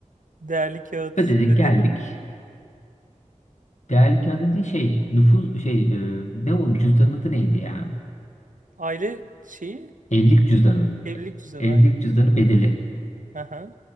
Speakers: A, on the right (about 80°); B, on the left (about 60°).
A: Değerli kağıt
B: Ödedik
A: bedeli.
B: geldik. Değerli kağıt dediği şey nüfus şey e, ne o cüzdanın adı neydi ya?
A: Aile şeyi
B: Evlilik cüzdanı.
A: evlilik
B: E-
A: düzeni
B: Evlilik
A: aynen.
B: cüzdanı bedeli.
A: Aha.